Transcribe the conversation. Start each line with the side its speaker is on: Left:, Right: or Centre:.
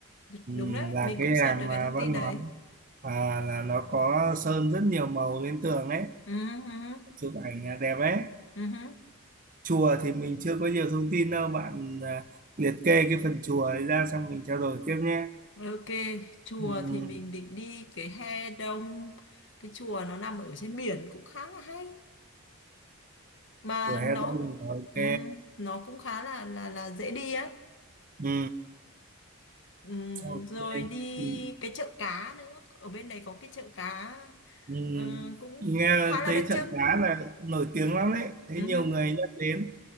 Right: ừ,
Left: đúng đấy,
Right: là
Left: mình
Right: cái
Left: cũng
Right: làng
Left: sợt được cái
Right: mà
Left: thông
Right: văn
Left: tin đấy.
Right: hóa à, là nó có sơn rất nhiều màu lên tường ấy
Left: Ừ,
Right: chụp ảnh à, đẹp ấy
Left: ừ, ừ.
Right: chùa thì mình chưa có nhiều thông tin đâu bạn à, liệt kê cái phần chùa ấy ra xong mình trao đổi tiếp nhé
Left: Ok, chùa
Right: ừ,
Left: thì mình định đi cái he đông, cái chùa nó nằm ở trên biển cũng khá là hay mà
Right: chùa Hè
Left: nó
Right: Đông là ok
Left: ừm, nó cũng khá là là là dễ đi á.
Right: ừ,
Left: Ừm,
Right: ok
Left: rồi đi
Right: ừ,
Left: cái chợ cá nữa, ở bên đấy có cái chợ cá
Right: ừ.
Left: ờ, cũng
Right: nghe
Left: cũng khá là
Right: thấy
Left: đặc
Right: chợ
Left: trưng.
Right: cá là nổi tiếng lắm đấy thấy
Left: Ừm,
Right: nhiều người nhắc đến